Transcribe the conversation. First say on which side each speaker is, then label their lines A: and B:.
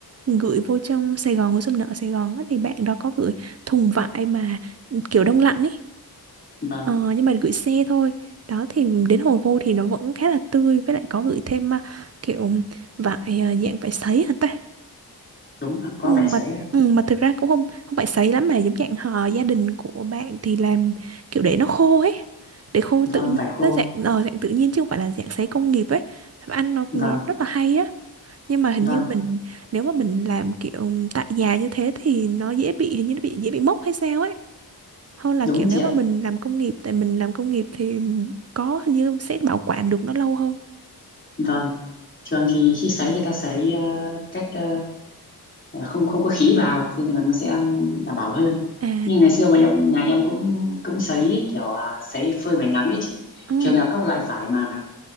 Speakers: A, on the right; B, on the left.
A: gửi vô trong Sài Gòn hồi xưa mình ở Sài Gòn á, thì bạn đó có gửi thùng vải mà ừ, kiểu đông lạnh ấy
B: vâng
A: Ờ, nhưng mà gửi xe thôi đó thì đến hồi vô thì nó vẫn khá là tươi với lại có gửi thêm à, kiểu vải à, dạng vải sấy hả ta
B: đúng ạ, có
A: Ừ,
B: vải
A: mà
B: sấy ạ
A: ừ, mà thực ra cũng không không phải sấy lắm mà giống dạng họ gia đình của bạn thì làm kiểu để nó khô ấy để khô
B: vâng
A: tự nhiên
B: vải khô
A: nó dạng ờ, dạng tự nhiên chứ không phải là dạng sấy công nghiệp ấy ăn nó
B: vâng
A: nó rất là hay á nhưng mà hình
B: vâng
A: như mình nếu mà mình làm kiểu tại nhà như thế thì nó dễ bị hình như nó bị dễ bị mốc hay sao ấy hơn là
B: đúng
A: kiểu nếu
B: chị ạ
A: mà mình làm công nghiệp tại mình làm công nghiệp thì có hình như sẽ bảo quản được nó lâu hơn
B: vâng thường thì khi sấy người ta sấy ờ, cách ờ, ờ, không không có khí vào thế nên là nó sẽ ăn đảm bảo hơn
A: à
B: nhưng ngày xưa bọn em nhà em cũng cũng sấy kiểu à, sấy phơi ngoài nắng ấy chị
A: ừ.
B: thường là các loại vải mà